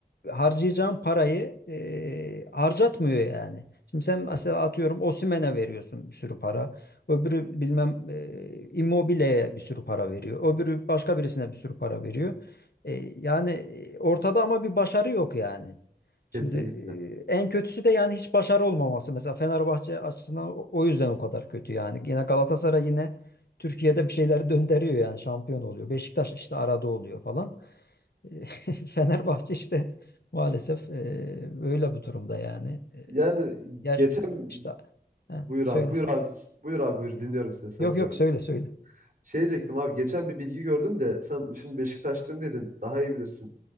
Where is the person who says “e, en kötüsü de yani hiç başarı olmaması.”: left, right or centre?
Left